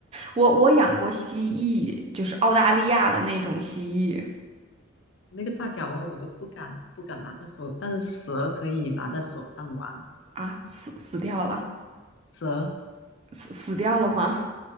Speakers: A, on the right; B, on the left.
A: 我我养过蜥蜴，就是澳大利亚的那种蜥蜴
B: 哇，那个大脚蛙我都不敢不敢拿在手，但是蛇可以拿在手上玩。我觉得
A: 啊，死死掉了，
B: 蛇
A: 死死掉了吗？